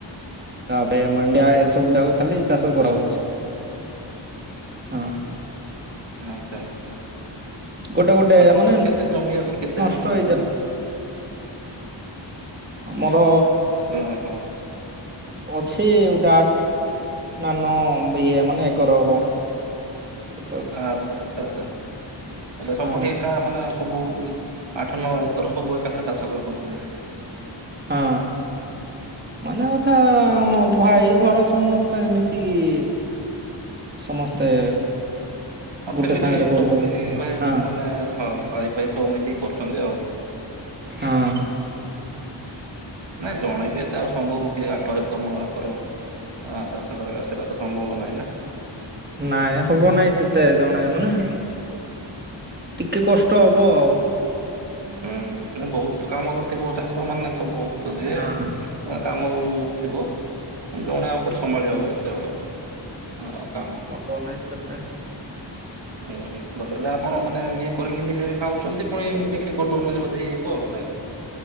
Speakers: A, on the right; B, on the right.
A: ତାପରେ ମାଣ୍ଡିଆ ଏସବୁ ଯାକ ଖାଲି ଚାଷ କରାହଉଛି।
B: ହୁଁ
A: ହଁ।
B: ଆଚ୍ଛା ଆଛା।
A: ଗୋଟେ ଗୋଟେ
B: ଅପଣଙ୍କ
A: ମାନେ
B: କର କେତେ ଜମି ଅଛି କେତେ
A: ନଷ୍ଟ
B: ମାନେ
A: ହେଇଯାଉ ଆମର
B: ଓହୋ
A: ଅଛି ା ନାନ ଇଏ ମାନେ ଏକର ହବ। ସେତେ ଅଛି
B: ଆଚ୍ଛା ଆଛା ଆଛା ହେଲେ ସବୁଠି
A: ହଁ
B: ଏକା ମାନେ ସବୁ ଆଠ ନଅ ଏକର ସବୁ ଏକାଥରେ ଚାଷ କରିଦଉଛନ୍ତି।
A: ହଁ ମାନେ ଅଧା ଆମ
B: ହଁ
A: ଭାଇ ଘର ସମସ୍ତେ ମିଶିକି ସମସ୍ତେ
B: ହ ଫ୍ୟାମିଲି
A: ଗୋଟେ ସାଙ୍ଗରେ କରିଦଉଛି
B: ସବୁ ମିଶିକି
A: ସିନା
B: ଭାଇ
A: ହଁ
B: ମାନେ ହଁ ଭାଇ ଭାଇ ସବୁ ମିଶିକି କରୁଛନ୍ତି ଆଉ।
A: ହଁ
B: ନାଇ ଜଣେ ବି ଏତେ ସମ୍ଭବ କିଏ ଆଠ ଏକର ନଅ ଏକର ଚାଷ କରିବା ସେଇଟା ତ ସମ୍ଭବ ନାହିଁ ନା।
A: ନାଇଁ ହବ ନାଇଁ ସେତେ ଜଣେ ମାନେ ଟିକେ କଷ୍ଟ ହେବ ଆଉ।
B: ହୁଁ ବହୁତ କାମ ଅ ଥିବ ଚାଷ ମାନେ ତ ବହୁତ ଇ
A: ହଁ
B: କାମ ବି ଥିବ ଜଣେ ଆଉ କୋଟେ ସମ୍ଭାଳି ହବ ଏତେ ବଡ। ହଁ କାମ
A: ହବ ନାଇଁ ସେତେ
B: ହୁଁ ହୁଁ। ଭଲ ହେଲା ଆପଣ ମାନେ ଇଏ କରିକି ନିଜେ ବି ଖାଉଛନ୍ତି ପୁଣି ବିକିରି କରିଦଉଛନ୍ତି ବୋଧେ ହେଇଯ କୁ ଆଉ ନାଇଁ